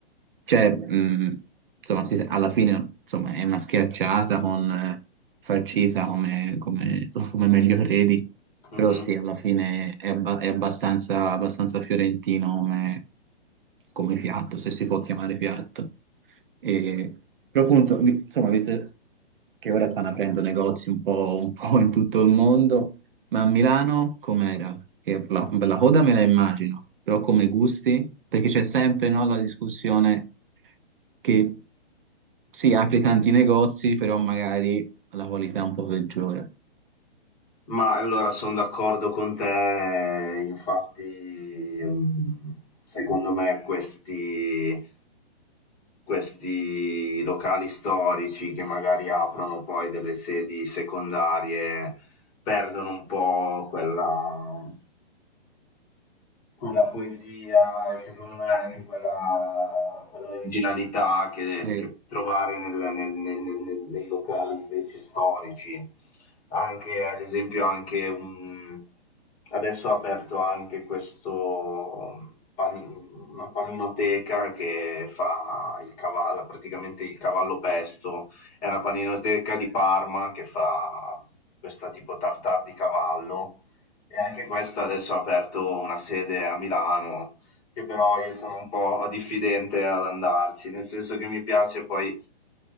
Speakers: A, on the right; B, on the left.
A: cioè, mh, insomma, si- alla fine insomma, è una schiacciata con eh, farcita come, come, insomma, come meglio credi,
B: Mhm.
A: però sì, alla fine è, abba- è abbastanza, abbastanza fiorentino come, come piatto, se si può chiamare piatto. E, però appunto, mi- insomma, visto che ora stanno aprendo negozi un po', un po' in tutto il mondo, ma a Milano com'era? Che la, la coda me la immagino, però come gusti? Perché c'è sempre, no, la discussione che si apri tanti negozi, però magari la qualità è un po' peggiore.
B: Ma allora sono d'accordo con te, infatti mh, secondo me questi, questi locali storici che magari aprono poi delle sedi secondarie perdono un po' quella, quella poesia e secondo me anche quella, quella originalità che,
A: Sì,
B: che trovare nel- nel- nel- nel- nei locali invece storici. Anche, ad esempio, anche un... adesso ho aperto anche questo pani- una paninoteca che fa il cavallo, praticamente il cavallo pesto. È una paninoteca di Parma che fa questa tipo tartar di cavallo e anche questa adesso ha aperto una sede a Milano, che però io sono un po' diffidente ad andarci, nel senso che mi piace poi